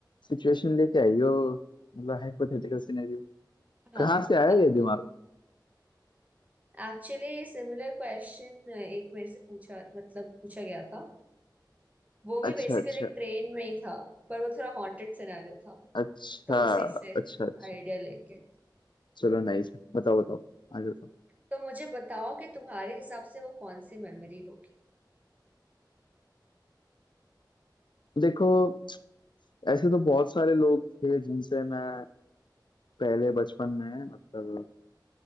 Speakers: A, on the left; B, on the right.
A: सिचुएशन लेके आई हो मतलब हाइपोथेटिकल सिनेरियो
B: हाँ
A: कहाँ से
B: तो
A: आया
B: अब
A: ये
B: तुम
A: दिमाग
B: एक्चुअली सिमिलर क्वेश्चन एक मेरे से पूछा मतलब पूछा गया था वो भी
A: अच्छा
B: बेसिकली
A: अच्छा
B: ट्रेन में ही था पर वो थोड़ा हॉन्टेड सिनेरियो था
A: अच्छा
B: तो उसी से
A: अच्छा अच्छा
B: आइडिया लेके
A: चलो नाइस बताओ बताओ आगे बताओ
B: तो मुझे बताओ कि तुम्हारे हिसाब से वो कौन सी मेमोरी होगी
A: देखो ऐसे तो बहुत सारे लोग थे जिनसे मैं पहले बचपन में मतलब